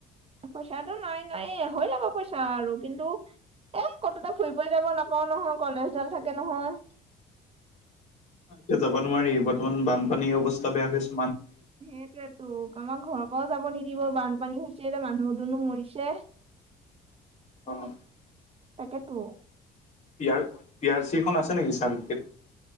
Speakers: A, on the right; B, on the left.
A: পইচাটো নাই -নাইয়ে হৈ যাব পইচা আৰু কিন্তু এ কতোত ফুৰিবই ফুৰিব যাব নাপাওঁ নহয় কলেজডাল থাকে নহয়।
B: এতিয়া যাব নোৱাৰি বৰ্তমান বানপানীৰ অৱস্থা বেয়া হৈছে।
A: সেইটোৱে তো কামাম ঘৰৰ পৰাও যাব নিদিব বানপানী হুইছে মানুহ দুনো মৰিছে।
B: অ',
A: তাকেইতো।
B: পি আৰ- পি আৰ চিখন আছে নেকি চাৰ্টিফিকেট?